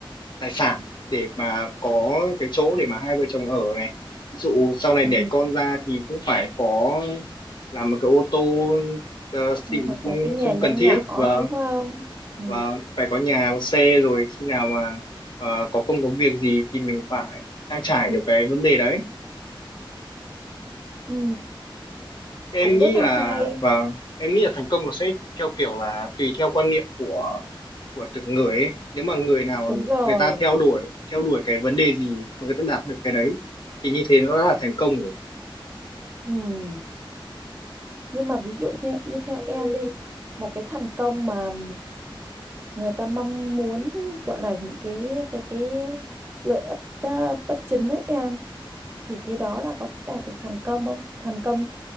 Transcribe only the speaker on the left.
tài sản để mà có cái chỗ để mà hai vợ chồng ở này ví dụ sau này
đẻ con ra thì cũng phải có làm một cái ô tô ờ, xịn
thì không
không
cần
thiết và
và phải có nhà có xe rồi khi nào mà ờ, có công có việc gì thì mình phải trang trải được cái vấn đề đấy
Thế em
nghĩ
là
và em nghĩ là thành công nó sẽ theo kiểu là tùy theo quan niệm của của từng người ấy. Nếu mà người nào
người ta theo đuổi theo đuổi cái vấn đề gì mà người ta đạt được cái đấy thì như thế nó là thành công rồi.